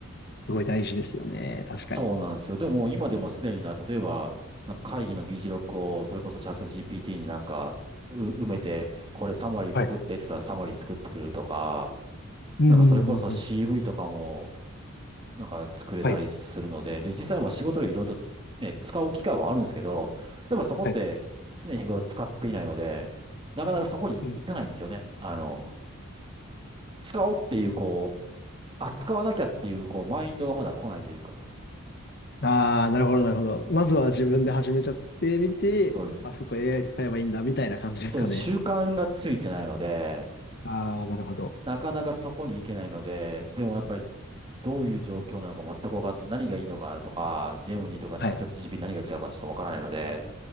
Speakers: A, on the left; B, on the right.
A: すごい大事ですよね。確かに。
B: そうなんですよ。でも今でもすでにな、例えば、なんか会議の議事録をそれこそチャット GPT になんかう埋めて、これサマリー作ってって言ったらサマリー作ってくれるとか、
A: はい。うん、
B: なんかそれこそ
A: うん、うんうん。
B: CV とかもなんか作れたりするので、
A: はい、
B: で、実際は仕事でいろいろとね、使う機会はあるんですけど、やっぱそこって常日頃使っていないので、
A: はい。
B: なかなかそこに行かないんですよね。
A: うん。
B: あの、使おうっていうこう、あ、使わなきゃっていうこうマインドがまだ来ないというか。
A: ああ、なるほど、なるほど。
B: うん
A: まずは自分で始めちゃってみて、
B: そうです。
A: あ、そこ AI 使えばいいんだ、みたいな感じですかね。
B: そうです。習慣がついてないので、
A: ああ、なるほど。
B: なかなかそこに行けないので、でもやっぱりどういう状況なのか全く分かって、何がいいのかとか、ジェムニーとかなんかチャット
A: はい。
B: GP 何が違うかちょっと分からないので、